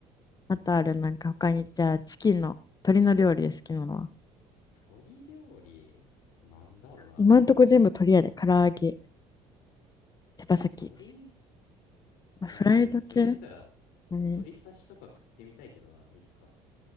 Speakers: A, on the left; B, on the left.
A: あとある、なんか他に、じゃあ、チキンの、鶏の料理で好きなのは。
B: 鳥料理なんだろうな。
A: 今んとこ全部鶏やで。唐揚げ、手羽先。
B: 鳥鳥俺でそれで言ったら
A: フライド系何
B: 鳥刺しとか食ってみたいけどないつか。